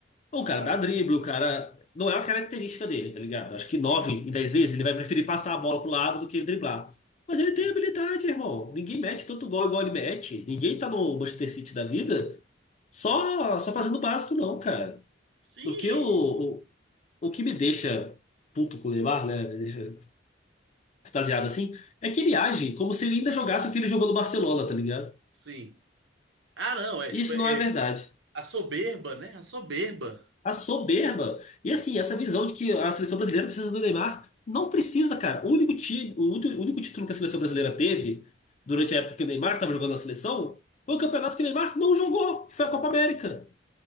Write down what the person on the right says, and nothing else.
Claro,
pô.
Sim,
sim.
Sim,
sim. Ah, não, é tipo,
é
a soberba, né? A soberba.